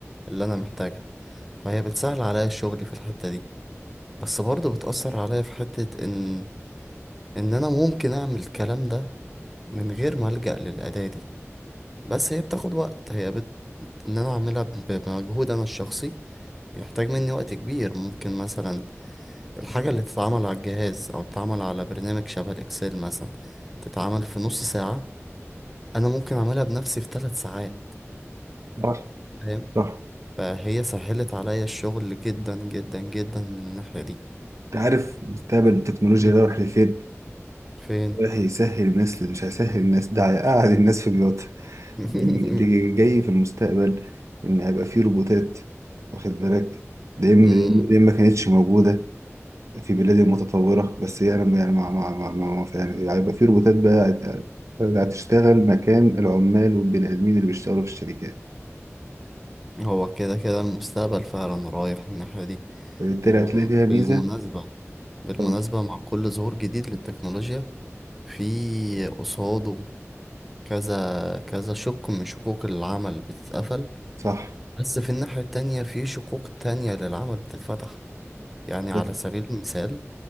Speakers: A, in the centre; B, on the right (about 75°).
A: اللي أنا محتاجها فهي بتسهل عليا الشغل في الحتة دي بس برضه بتأثر عليا في حتة إن إن أنا ممكن أعمل الكلام ده من غير ما ألجأ للأداة دي بس هي بتاخد وقت هي بت... إن أنا أعملها ب- بمجهود أنا الشخصي بيحتاج مني وقت كبير ممكن مثلا الحاجة اللي تتعمل على الجهاز أو تتعمل على برنامج شبه الإكسل مثلا تتعمل في نص ساعة أنا ممكن أعملها بنفسي في ثلاث ساعات
B: صح
A: فاهم
B: صح
A: فهي سهلت عليا الشغل جدا جدا جدا من الناحية دي
B: أنت عارف مستقبل التكنولوجيا
A: مم.
B: ده رايح لفين؟
A: فين
B: رايح يسهل الناس اللي مش هيسهل الناس ده هيقعد الناس في بيوتها
A: <laughs>
B: ده اللي اللي جاي في المستقبل إن هيبقى فيه روبوتات واخد بالك ده إما
A: مم.
B: ده إما ده إما ما كانتش موجودة في بلاد متطورة بس هي أنا يعني مع مع مع مع مع- يعني هيبقى في روبوتات بقى هت- هتشتغل مكان العمال والبني آدمين اللي بيشتغلوا في الشركات
A: هو كده كده المستقبل فعلا رايح الناحية دي
B: فبالتالي
A: وبالمناسبة
B: هتلاقي فيها ميزة
A: بالمناسبة
B: طب
A: مع كل ظهور جديد للتكنولوجيا في قصاده كذا كذا شق من شقوق العمل بتتقفل
B: صح
A: بس في الناحية التانية في شقوق تانية للعمل بتتفتح يعني على
B: ده
A: سبيل المثال